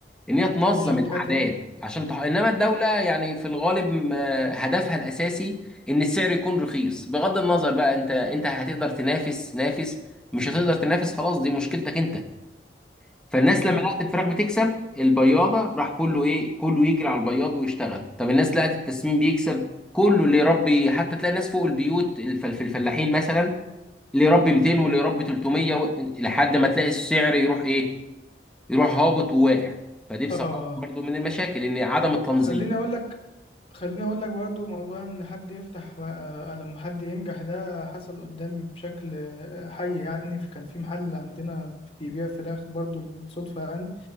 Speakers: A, in the centre; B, on the left.
A: إن هي تنظم
B: مش بتاعت
A: الأعداد عشان تح... إنما الدولة يعني في الغالب م- آه، هدفها الأساسي إن السعر يكون رخيص بغض النظر بقى أنت أنت هتقدر تنافس نافس مش هتقدر تنافس خلاص دي مشكلتك أنت فالناس
B: فهمتك
A: لما لقت الفراخ بتكسب البياضة راح كله إيه كله يجري على البياض ويشتغل طب الناس لقت التسمين بيكسب كله اللي يربي حتى تلاقي ناس فوق البيوت الفل- في الفلاحين مثلا اللي يربي 200 واللي يربي 300 و- لحد ما تلاقي السعر يروح ايه يروح هابط وواقع فدي بصراحة
B: آه
A: برضو من المشاكل ان عدم التنظيم
B: خليني اقول لك خليني اقول لك برضو موضوع ان حد يفتح م- آه، لما حد ينجح ده حصل قدامي بشكل آه، حي يعني في- كان في محل عندنا بيبيع فراخ برضو بالصدفة يعني